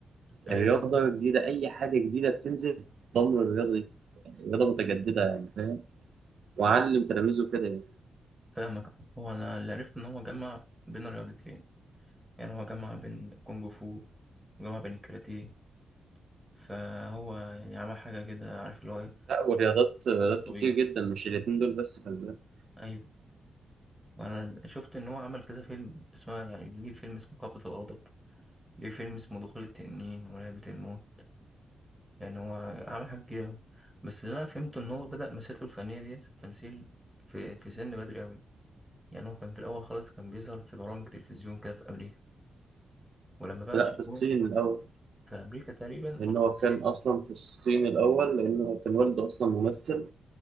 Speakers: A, in the centre; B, on the right.
A: أيوه
B: الرياضة جديدة أي حاجة جديدة بتنزل ضمن الرياضة دي يعني رياضة متجددة يعني فاهم وعلم تلاميذه كده يعني.
A: فاهمك هو أنا اللي عرفت إن هو جمع بين الرياضتين يعني هو جمع بين الكونج فو وجمع بين الكاراتيه فهو يعني عمل حاجة كده عارف اللي هو إيه
B: لا ورياضات رياضات
A: خاصة
B: كتير
A: بيه
B: جدا مش الاتنين دول بس خلي بالك
A: أيوه وأنا شفت إن هو عمل كذا فيلم اسمه يعني ليه فيلم اسمه قبضة الغضب ليه فيلم اسمه دخول التنين ولعبة الموت يعني هو عمل حاجات كتير أوي بس اللي أنا فهمته إن هو بدأ مسيرته الفنية ديت في التمثيل في, في سن بدري أوي يعني هو كان في الأول خالص كان بيظهر في برامج تلفزيون كده في أمريكا ولما بقى
B: لا
A: شافوه
B: في الصين الأول
A: في أمريكا تقريبا
B: لأن
A: ولا
B: هو
A: في الصين
B: كان أصلا في الصين الأول لأن هو كان والده أصلا ممثل